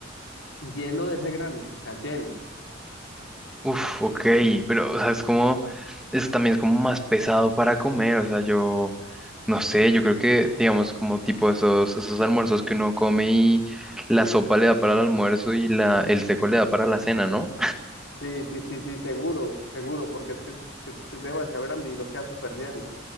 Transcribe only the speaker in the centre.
Uf, ok,
pero, o sea, es como, es también es como más pesado para comer, o sea, yo, no sé, yo creo que, digamos, como tipo esos, esos almuerzos que uno come y la sopa le da para el almuerzo y la, el seco le da para la cena, ¿no?